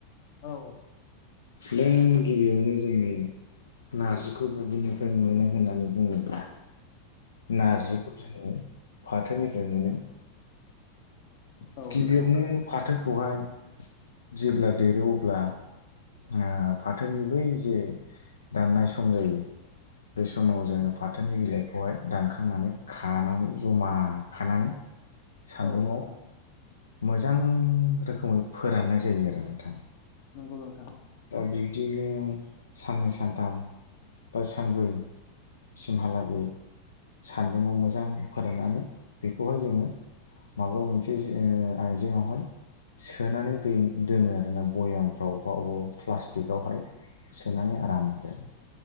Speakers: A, on the left (about 50°); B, on the left (about 75°).
A: औ
B: नों गिबियावनो जोंनि नारजि खौ बबेनिफ्राय मोनो होननानै बुङोब्ला नारजिखौ जोङो फाथोनिफ्राय मोनो
A: औ
B: गिबियावनो
A: नोंथां
B: फाथोखौहाय जेब्ला देरो अब्ला ओ फाथोनि बै जे दाननाय सम जायो बे समाव जोङो फाथोनि बिलाइखौहाय दानखांनानै खानानै जमा खानानै सान्दुुंआव
A: औ नोंथां
B: मोजां रोखोमै फोराननाय जायो आरो नोंथां
A: नंगौ नोंथां
B: दा बिब्दिनो साननै सानथाम बा सानब्रै सिमहालागै सान्दुङाव मोजां फोराननानै बेखौहाय जोङो माबा मोनसे जे ओ आइजेंआवहाय सोनानै
A: औ
B: दो दोनो आरोना भयामफ्राव बा अबाव प्लास्टिकआवहाय सोनानै आराम दोन